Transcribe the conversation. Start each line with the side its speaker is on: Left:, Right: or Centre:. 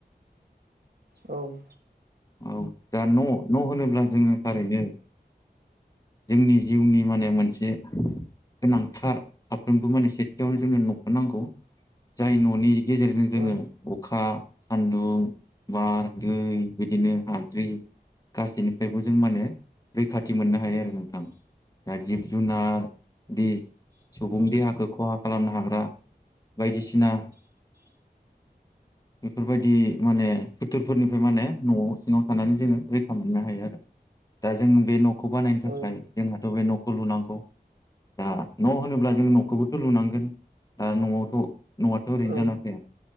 Right: औ।
Left: औ दा न' न' होनोब्ला जोङो थारैनो जोंनि जिउनि माने मोनसे गोनांथार साफ्रोमबो माने सेथियावनो जोंनो न'खौ नांगौ। जाय न'नि गेजेरजों जोङो
Right: औ
Left: अखा सान्दुं बार दै बिदिनो हाद्रि गासैनिफ्रायबो जों माने रैखाथि मोननो हायो आरो। नोंथां दा जिब जुनार बे सुबुं देहाखो खहा खालामनो हाग्रा बायदिसिना बेफोरबायदि माने फोथोरफोरनिफ्राय माने न'आव सिङाव थानानै जोङो रैखा मोननो हायो आरो। दा जों बे न'खौ बानायनो
Right: औ
Left: थाखाय जोंहाथ' बे न'खौ लुनांगौ। दा न' होनोब्ला जों न'खौबोथ' लुनांगोन। दा न'आवथ' न'आथ' ओरैनोजानाफैया।
Right: औ